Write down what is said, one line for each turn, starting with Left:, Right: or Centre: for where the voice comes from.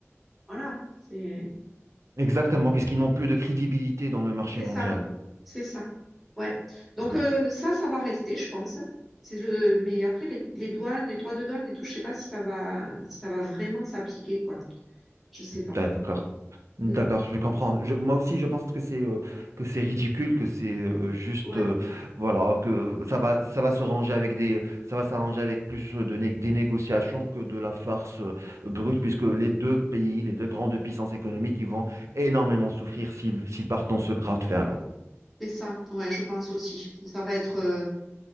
Centre: voilà, c'est,
Right: Exactement, puisqu'ils n'ont plus de crédibilité dans le marché
Centre: c'est
Right: mondial.
Centre: ça. C'est ça. Ouais. Donc,
Right: Euh,
Centre: euh, ça, ça va rester, je pense. C'est le, mais après, les, les douanes, les droits de douane et tout, je sais pas si ça va, si ça va vraiment s'appliquer, quoi. Je sais pas.
Right: D'accord. D'accord,
Centre: Mm.
Right: je comprends. Je- moi aussi, je pense que c'est euh, que c'est ridicule, que c'est euh, juste,
Centre: Ouais.
Right: euh, voilà, que ça va, ça va se ranger avec des, ça va s'arranger avec plus de né- des négociations que de la farce euh, brute, puisque les deux pays, les deux grandes puissances économiques, ils vont énormément souffrir s'ils s'ils partent dans ce bras de fer-là.
Centre: C'est ça. Ouais, je pense aussi. Ça va être, euh,